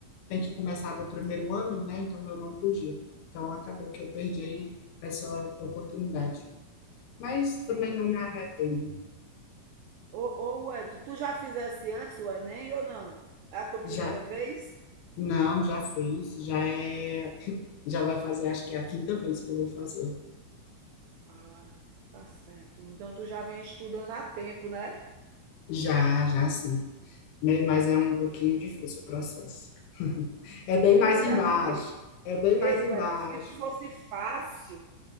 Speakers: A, on the left; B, on the right.
A: Tem que começar do primeiro ano, né? Então eu não podia. Então acabou que eu perdi
B: Sim,
A: aí essa oportunidade. Mas
B: sim.
A: também não me arrependo.
B: Ô ô Wellington, tu já fizesse antes o Enem ou não? É a tua
A: Já.
B: primeira vez?
A: Não, já fiz. Já é. Já vai fazer, acho que é a quinta vez que eu vou fazer.
B: Ah, tá certo. Então tu já vem estudando há tempo, né.
A: Já, já sim. Me- Mas é um pouquinho difícil o processo. É bem
B: É,
A: mais
B: mas
A: embaixo.
B: é assim mesmo.
A: É bem mais
B: Ei,
A: embaixo.
B: Wellington, se fosse fácil,